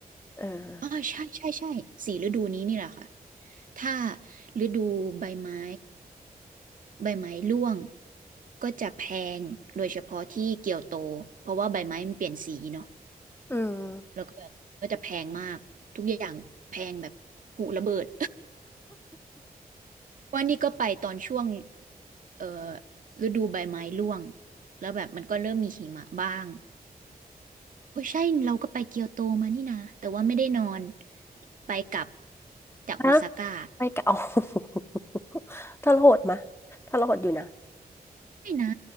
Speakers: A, on the left (about 15°); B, on the right (about 60°).
A: เออ
B: อ๋อใช่ใช่ใช่สี่ฤดูนี้นี่แหละค่ะถ้าฤดูใบไม้ ใบไม้ร่วงก็จะแพงโดยเฉพาะที่เกียวโตเพราะว่าใบไม้มันเปลี่ยนสีเนาะ
A: อืม
B: แล้วก็แบบก็จะแพงมากทุกอย่างแพงแบบหูระเบิด <laughs> วันนี้ก็ไปตอนช่วงเอ่อฤดูใบไม้ร่วงแล้วแบบมันก็เริ่มมีหิมะบ้างโอ้ใช่เราก็ไปเกียวโตมานี่นะแต่ว่าไม่ได้นอนไปกลับจากโอซาก้า
A: นะไปเก่า <laughs> ทรหดมะทรหดอยู่นะ
B: ใช่นะ